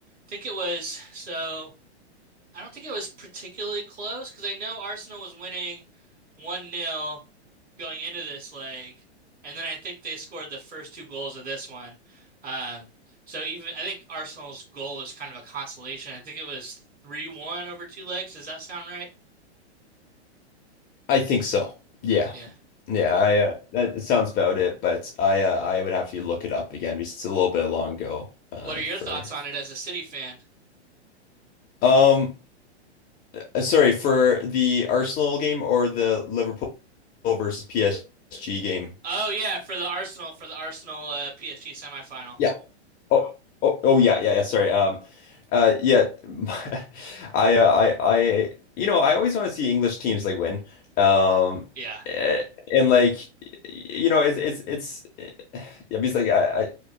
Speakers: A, on the right; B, on the left.
A: think it was so. I don't think it was particularly close because I know Arsenal was winning one nil going into this leg, and then I think they scored the first two goals of this one. Um, so even I think Arsenal's goal was kind of a consolation. I think it was three one over two legs. Does that sound right?
B: I think so. Yeah.
A: Yeah.
B: Yeah, I uh, that sounds about it, but I uh, I would have to look it up again because it's a little bit long ago uh
A: What are your
B: for
A: thoughts on it as a City fan?
B: um uh, sorry for the Arsenal game or the Liverpool versus PSG game.
A: Oh yeah, for the Arsenal for the Arsenal uh, PSG semifinal.
B: Yeah. Oh, oh, oh, yeah, yeah, yeah. Sorry. Um, uh, yeah, <laughs> I, uh, I, I, you know, I always want to see English teams like win. Um,
A: Yeah,
B: eh, and like, you know, it's, it's, it's, eh, yeah, because like, I, I,